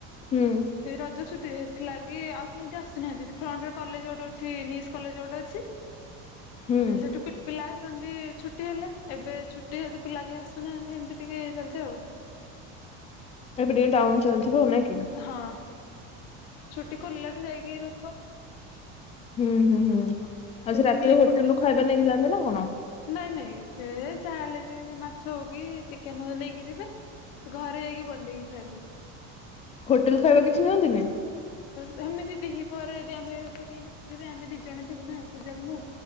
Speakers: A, on the left; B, on the left.
A: ହୁଁ
B: ଏ ରଜ ଛୁଟି ହେଥିଲାଗି ଆଉ କେହି ହେମିତି ଆସୁନାହାନ୍ତି। ସେ ଫ୍ରଣ୍ଟ ରେ କଲେଜ ଗୋଟେ ଅଛି ନିସ୍ କଲେଜ ଗୋଟେ ଅଛି।
A: ହୁଁ
B: ସେଠୁ ପି ପିଲା ଆସନ୍ତି ଛୁଟି ହେଲେ ।ଏବେ ଛୁଟି ହେତୁ ପିଲା କେହି ଆସୁନାହାନ୍ତି ।ହେମିତି ଟିକେ ଇଏ ଚାଲିଛି ଆଉ।
A: ଏବେ ଟିକେ ଡାଉନ ଚାଲଥିବ ନାଇଁକିି।
B: ହଁ ଛୁଟି ଖୋଲିଲାଠୁ ଯାଇକି ଲୋକ।
A: ହୁଁ ହୁଁ ହୁଁ, ଆଉ ସେ ରାତିରେ
B: ପୁଣି
A: ହୋଟେଲ ରୁ ଖାଇବା ନେଇକି ଯାଆନ୍ତି ନା କଣ?
B: ନାଇଁ ନାଇଁ, ଏ ଯାହାହଲେ ବି ମାଛ ହଉ କି ଚିକେନ ହଉ ନେଇକି ଯିବେ। ଘରେ ଯାଇକି ବନେଇକି ଖାଇବୁ।
A: ହୋଟେଲ ଖାଇବା କିଛି ନିଅନ୍ତିନି?
B: ସେମିତି ଦିହିପହରେ ଯଦି ଆମେ କେହି ନଥିବେ, ଆମେ ଦି ଜଣ ଥିବୁ ନା ପୂଜାକୁ ମୁଁ